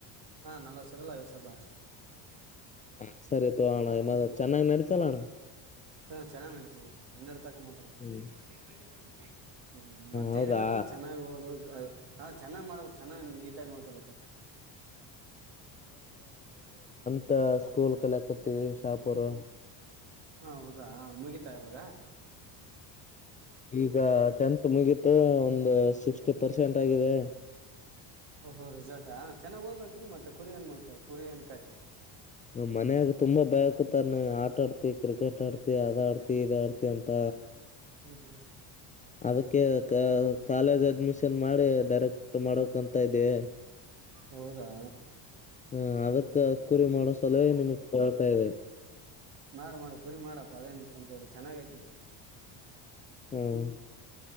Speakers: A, on the right; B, on the left.
A: ಹಾ ನಲ್ವತ್ ಸಾವಿರ ಇಲ್ಲ ಐವತ್ ಸಾವಿರ ಲಾಸ್ಟ್
B: ಹ ಸರಿ ತೋ ಚೆನ್ನಾಗಿ ನಡತ ಲ
A: ಹಾ ಚೆನ್ನಾಗ್ ನಡೀತದೆ ಹನ್ನೆರಡು ತಕ ಮಾತಾಡ ಬತು
B: ಹ
A: ಹ್ಮ್ ಮತ್ತೇಏನಿಲ್ಲಪಿ
B: ಹೌದಾ
A: ಚೆನ್ನ್ ಹಓದು ಹಾ ಚೆನ್ನಾಗ್ ಮಾಡ್ಬೇಕಕ್ ಚೆನ್ನಾಗ್ ನೀಟಾಗಿ ಮಾಡ್ಕೊಬೇಕ
B: ಮತ್ತ ಸ್ಕೂಲ್ ಕಲೆಾಕೋತೀವಿ ಶಾಪೂರ್
A: ಹ ಹೌದಾ ಮುಗಿತಾ ಇವಾಗ
B: ಈಗ ಟೆಂತ್ ಮುಗತು ಒಂದು ಸಿಕ್ಸ್ಟಿ ಪರ್ಸೆಂಟ್ ಆಗಿದೆ
A: ಓಹೋ ರಿಿಸಲ್ ಹ ಚೆನ್ನಾಗ ಹೋಗ್ಬೇಕಿ ಮತ್ತ ಕುರಿ ಏ ಮಾಡ್ಕಬೇಕು ಕುರಿಯನ್ ಕತೆೆ
B: ನ್ ಮನ್ಯಾಗ ತುಂಬಾ ಭಯ ಕುೂತಾರ ನೀ ಆ ಆಡ್ತಿ ಕ್ರಿಕೆಟ್ ಆಡ್ತಿ ಅದ ಆಡ್ತಿ ಇದ ಆಡ್ತಿ ಅಂತ
A: ಹ್ಮ್ ಹ್ಮ್
B: ಅದಕ್ಕೆ ಕಾಲೇಜ್ ಅಡ್ಮಿಷನ್ ಮಾಡಿ ಡೈರೆಕ್ಟ್ ಮಾಡಕ್ ಅಂತ ಇದೀವಿ
A: ಹೌದಾ
B: ಹ ಅದಕ್ಕ ಕುರಿ ಮಾಡ ಸಲುವೇ ನಿಮಗ್ ಕಳ್ತಾ ಇದೆ
A: ಮಾಡ ಮಾಡು ಕುರಿ ಮಾಡಪ್ಪ ಅದೇನ್ ತೊಂದ್ರ ಇಲ್ಲ ಚೆನ್ನಾಗಯತ ನ
B: ಹ್ಮ್